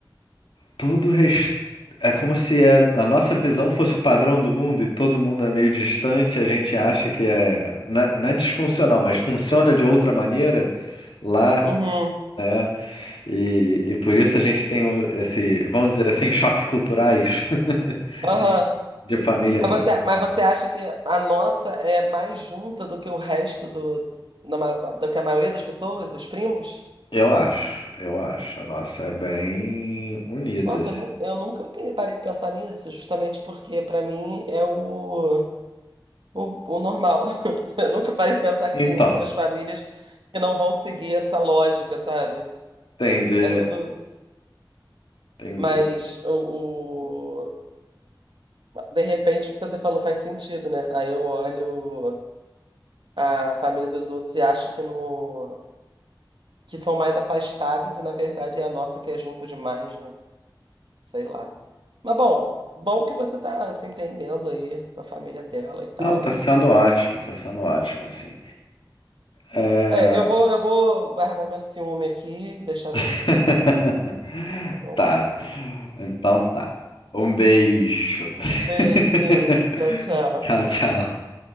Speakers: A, on the left (about 85°); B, on the right (about 70°).
A: Tudo res- é como se a, a nossa visão fosse o padrão do mundo e todo mundo é meio distante, a gente acha que é não é, não é disfuncional, mas funciona de outra maneira lá,
B: uhum,
A: né? E, e por isso a gente tem o- esse, vamos dizer assim, choque culturais <laughs>
B: aham.
A: de, de família
B: Mas
A: para
B: você,
A: família.
B: mas você acha que a nossa é mais junta do que o resto do, na ma- do que a maioria das pessoas, os primos?
A: Eu acho, eu acho. A nossa é bem unida,
B: Nossa,
A: assim.
B: eu, nu- eu nunca pe- parei pra pensar nisso, justamente porque pra mim é o O, o normal. <laughs> Eu nunca parei de pensar que
A: Então,
B: tem outras famílias que não vão seguir essa lógica, sabe?
A: entendi,
B: É tudo.
A: entendi.
B: Mas o, o- de repente o que você falou faz sentido, né? Aí eu olho a família dos outros e acho que no que são mais afastadas e na verdade é a nossa que é junta demais, né? Sei lá. Mas bom, bom que você tá se entendendo aí com a família dela e tal.
A: Não, tá sendo ótimo, tá sendo ótimo, assim. É...
B: É, eu vou eu vou guardar meu ciúme aqui e deixar você
A: <laughs> <laughs>
B: viver só, tá bom?
A: Tá. Então tá. Um beijo. <laughs>
B: Beijo, gente. Tchau, tchau.
A: Tchau, tchau.